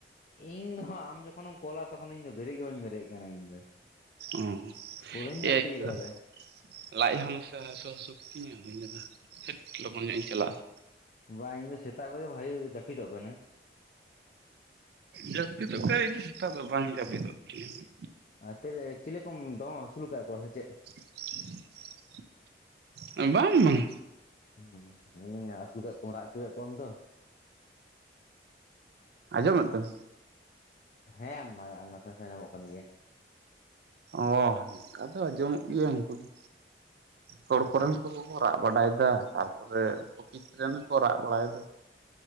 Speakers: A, on the left; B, on the right.
A: ᱤᱧ ᱫᱚ ᱟᱢ ᱡᱚᱠᱷᱚᱱᱮᱢ ᱠᱚᱞᱟ ᱛᱚᱠᱷᱚᱱ ᱫᱚ ᱤᱧ ᱫᱚ ᱵᱮᱨᱮᱫ ᱜᱮ ᱵᱟᱹᱧ ᱵᱮᱨᱮᱫ ᱟᱠᱟᱱᱟ ᱤᱧ ᱫᱚ
B: ᱚ <unintelligible>
A: ᱯᱩᱨᱟᱹᱧ ᱡᱟᱹᱯᱤᱫ ᱠᱟᱫᱟ
B: ᱞᱟᱡ ᱦᱚᱸ ᱢᱟᱥᱮ ᱦᱟᱹᱥᱩ ᱦᱟᱹᱥᱩ ᱠᱤᱫᱤᱧᱟ ᱟᱫᱚᱧ ᱢᱮᱱ ᱞᱮᱫᱟ ᱦᱟᱹᱴ ᱞᱚᱜᱚᱱ ᱧᱚᱜ ᱤᱧ ᱪᱟᱞᱟᱜᱼᱟ᱾
A: ᱵᱟᱝ ᱤᱧ ᱫᱚ ᱥᱮᱛᱟᱜ ᱵᱮᱲᱟ ᱵᱷᱟᱜᱤ ᱡᱟᱹᱯᱤᱫᱚᱜ ᱠᱟᱱᱟ ᱾
B: ᱡᱟᱹᱯᱤᱫᱚ ᱜᱮ ᱥᱮᱛᱟᱜ ᱫᱚ ᱵᱟᱝ ᱡᱟᱹᱯᱤᱫᱚᱜ ᱠᱟᱱᱟ
A: ᱟᱨ ᱛᱟᱦᱚᱞᱮ ᱪᱤᱞᱤ ᱠᱚᱢ ᱫᱚᱦᱚ ᱟᱹᱥᱩᱞ ᱟᱠᱟᱫ ᱠᱚᱣᱟ ᱥᱮ ᱪᱮᱫ
B: <inaudible> ᱵᱟᱝ ᱵᱟᱝ
A: ᱦᱮᱸ ᱢᱤᱱᱟᱹᱧᱟ ᱟᱹᱥᱩ ᱠᱮᱫ ᱠᱚᱣᱟᱢ ᱨᱟᱜ ᱦᱚᱪᱚᱭᱮᱫ ᱠᱚᱣᱟᱢ ᱛᱚ
B: ᱟᱸᱡᱚᱢᱮ ᱛᱮᱢ
A: ᱦᱮᱸ ᱟᱢ ᱢᱟ ᱟᱨ ᱱᱟᱥᱮ ᱱᱟᱥᱮ ᱟᱡᱸᱚᱢᱚᱜ ᱠᱟᱱ ᱜᱮᱭᱟ
B: ᱚ ᱚᱱᱠᱟ ᱫᱚ ᱟᱸᱡᱚᱢᱚᱜ ᱜᱮᱭᱟ ᱩᱱᱠᱩ ᱫᱚ ᱦᱚᱲ ᱠᱚᱨᱮᱱ ᱠᱚᱦᱚᱠᱚ ᱨᱟᱜ ᱵᱟᱲᱟᱭᱮᱫᱟ ᱛᱟᱨᱯᱚᱨᱮ ᱯᱚᱠᱤᱛ ᱨᱮᱱ ᱦᱚᱠᱚ ᱨᱟᱜ ᱵᱟᱲᱟᱭᱮᱫᱟ